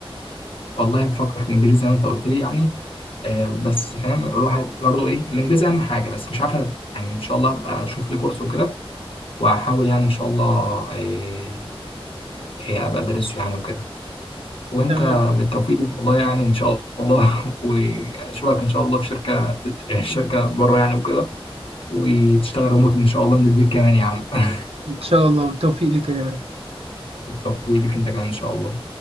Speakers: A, on the left; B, on the right.
A: والله بفكر في الانجليزي زي ما انت قلت لي يعني آه بس فاهم الواحد برضه ايه الانجليزي اهم حاجه بس مش عارف يعني ان شاء الله ابقى اشوف لي كورس وكده واحاول يعني ان شاء الله آه آه، ابقى ادرسه يعني وكده وانت
B: تمام
A: بالتوفيق والله يعني ان شاء الله <laughs> واشوفك ان شاء الله في شركه شركه بره يعني وكده وتشتغل ريموت ان شاء الله من البيت كمان يا عم <laughs>
B: ان شاء الله والتوفيق ليك يا جمال
A: بالتوفيق ليك انت كمان ان شاء الله